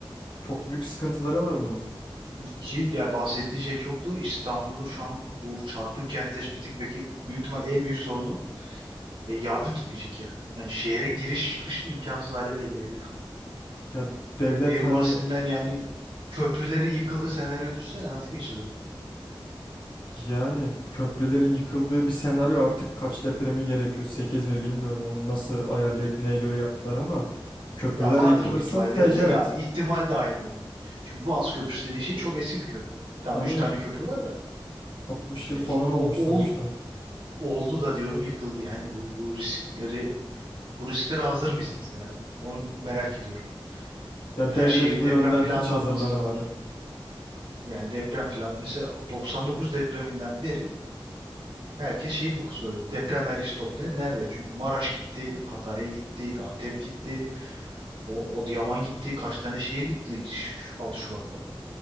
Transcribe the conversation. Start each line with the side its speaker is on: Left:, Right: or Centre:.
Left: Çok büyük sıkıntıları var bunun.
Right: Ki yani bahsettiği şey çok doğru. İstanbul'un şu an bu çarpık kentleşmesindeki peki büyük ihtimal en büyük sorunu E, yardım gitmeyecek ya. Yani şehre giriş çıkış imkansız hale bile gelebilir şu an.
Left: Ya devlet
Right: En
Left: hani
Right: basitinden
Left: ha-
Right: yani köprülerin yıkıldığı senaryoyu düşünsene nasıl geçeceğiz orayı?
Left: yani köprülerin yıkıldığı bir senaryo artık kaç depremi gerekiyor? 8 mi bilmiyorum onu nasıl
Right: Hı.
Left: ayarlayıp neye göre yaptılar ama köprüler
Right: Ya vardır
Left: yıkılırsa
Right: büyük ihtimalle
Left: fecaat.
Right: diyelim de ya ihtimal dahilinde. diyor. Çünkü Boğaz Köprüsü dediğin şey çok eski bir köprü. Tamam
Left: Aynen.
Right: 3 tane köprü var da.
Left: 60 yıl
Right: Yani
Left: falan
Right: ilk-
Left: olmuş
Right: o,
Left: sonuçta.
Right: ol- oldu da diyorum yıkıldı yani bu, bu riskleri bu risklere hazır mıyız mesela? Onu merak ediyorum.
Left: Ya
Right: Her
Left: devlet
Right: şehrin
Left: bu
Right: deprem
Left: yönden
Right: planlanması
Left: hiç hazırlanamadı.
Right: var. Yani deprem plan mesela 99 depreminden beri Herkes şehit bu soruyor. Deprem vergisi toplanıyor. Nerede? Çünkü Maraş gitti, Hatay gitti, Antep gitti, o, Adıyaman gitti. Kaç tane şehir gitti şu, şu 6 Şubat'ta.